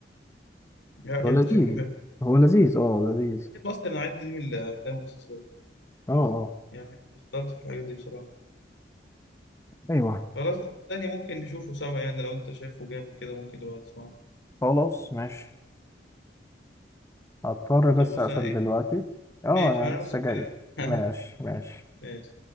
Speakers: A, on the left (about 90°); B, on the left (about 15°).
A: لا، يعني
B: هو لذيذ
A: شكله حلو
B: هو لذيذ اه لذيذ
A: بحب اصلا النوعية دي من الافلام والمسلسلات
B: اه اه
A: يعني بطلت في الحاجات دي بصراحة
B: ايوه
A: خلاص ده تاني ممكن نشوفه سوا يعني لو انت شايفه جامد كده ممكن نبقى نسمعه
B: خلاص ماشي هضطر بس
A: طب بص
B: أقفل
A: انا ايه
B: دلوقتي اه
A: ماشي
B: يعني
A: ما انا
B: لسه
A: نفس الكلام
B: جاي
A: <laughs>
B: ماشي ماشي
A: ماشي